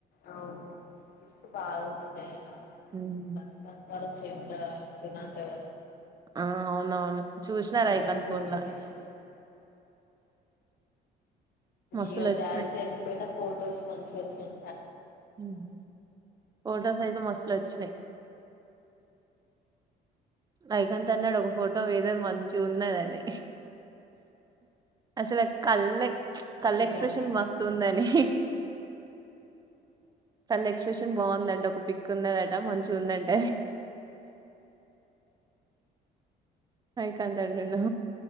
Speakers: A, on the left (about 65°); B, on the right (about 25°).
A: అవునవును గిఫ్ట్స్ బాగ వచ్చినాయి కదా
B: ఉమ్
A: వాళ్ళు ఎంత చన్నంతేవా
B: ఆ అవునవును చూసినార
A: ఆయన
B: ఐకాన్
A: ఫోన్
B: ఫోన్లా
A: లో తీసిండు
B: మస్తులు
A: ఇక
B: వచ్చినాయి
A: డ్యాన్స్ ఏకపోయినా ఫొటోస్ మంచిగ వచ్చినయ్
B: ఉమ్ ఫోటోసైతే మస్త్. ట్లొచ్చినయ్. వైకాంతన్నాడు ఒక ఫోటో వేదో మంచిగుంన్నదని అసల. కల్లయ్
A: ఆయన్నే
B: చ్
A: తిప్పిండు
B: కల్లెక్స్ప్రెషన్
A: అన్ని
B: మస్తుందని. తల్లెక్స్ప్రెషన్ బాందంట ఒక పిక్ ఉన్నదట మంచిగుందంట. ఐ కాంటంటను.